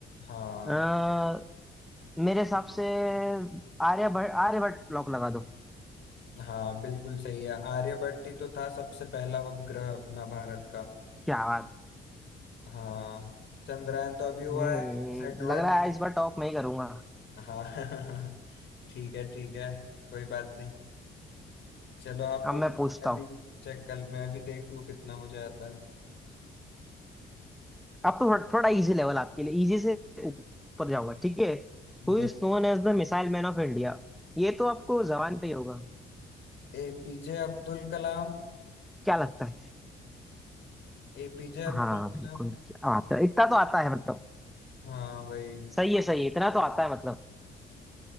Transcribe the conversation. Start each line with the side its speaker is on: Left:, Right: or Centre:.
Left: हाँ
Centre: अ, मेरे हिसाब से आर्यभट्ट आर्यभट्ट लॉक लगा दो
Left: हाँ बिल्कुल सही है आर्यभट्ट ही तो था सबसे पहला उपग्रह अपना भारत का
Centre: क्या बात
Left: हाँ चंद्रयान तो अभी हुआ
Centre: हम्म
Left: है इनसेट
Centre: लग
Left: वन
Centre: रहा है इस बार टॉप मैं ही करूंगा
Left: हाँ <laughs> ठीक है ठीक है कोई बात नहीं चलो आप
Centre: अब
Left: पूछ
Centre: मैं पूछता
Left: मैं
Centre: हूँ
Left: भी चेक कल मैं भी देख लूं कितना मुझे आता है
Centre: अब तो थोड़ा थोड़ा इजी लेवल आपके लिए इजी से ऊपर जाऊंगा ठीक है Who
Left: देख
Centre: is known as the missile man of India ये तो आपको जबान पे ही होगा
Left: एपीजे अब्दुल कलाम
Centre: क्या लगता है
Left: एपीजे अब्दुल
Centre: हाँ बिल्कुल
Left: कलाम
Centre: क्या बात है इतना तो आता है मतलब
Left: हाँ भाई
Centre: सही है सही है इतना तो आता है मतलब